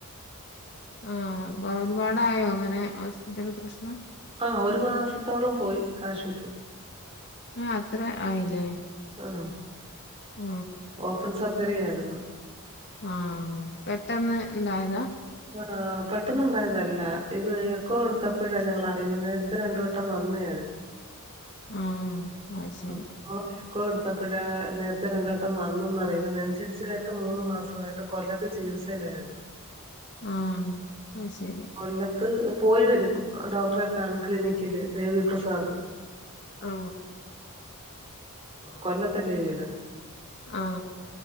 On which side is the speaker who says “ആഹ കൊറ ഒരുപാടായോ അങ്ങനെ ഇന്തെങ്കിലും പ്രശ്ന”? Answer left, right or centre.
Left